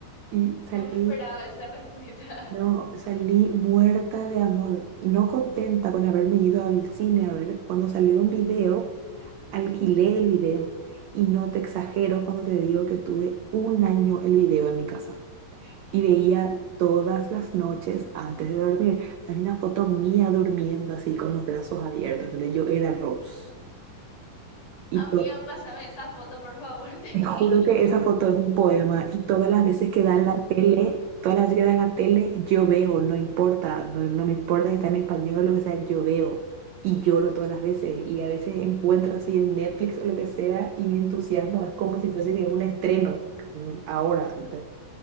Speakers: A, on the right (about 75°); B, on the left (about 55°).
A: Y salí,
B: no me esperaba esa respuesta.
A: no, salí muerta de amor. No contenta con haberme ido al cine a ver. Cuando salió un video, alquilé el video. Y no te exagero cuando te digo que tuve un año el video en mi casa.
B: <laughs>
A: y veía todas las noches antes de dormir. Hay una foto mía durmiendo así con los brazos abiertos, donde yo era Rose. Y
B: Amiga,
A: to-
B: pásame esa foto, por favor, <laughs> te
A: te
B: pido.
A: juro que esa foto es un poema y todas las veces que dan la tele, todas las veces que dan la tele, yo veo, no importa, no, no me importa si está en español o lo que sea, yo veo. Y lloro todas las veces y a veces encuentro así en Netflix o lo que sea y mi entusiasmo es como si fuese que es un estreno mm, ahora. ¿Entendés?